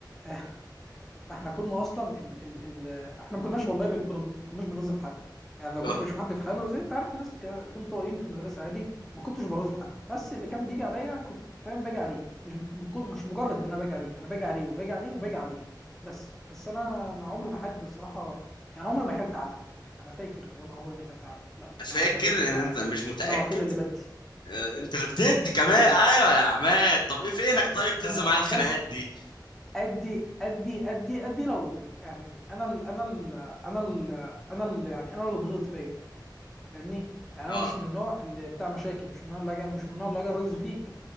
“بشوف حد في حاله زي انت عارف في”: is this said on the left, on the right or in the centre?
Centre